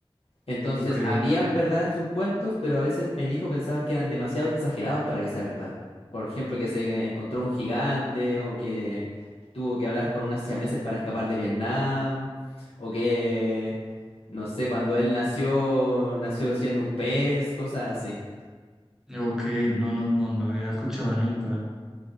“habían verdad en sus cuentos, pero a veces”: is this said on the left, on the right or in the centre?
Left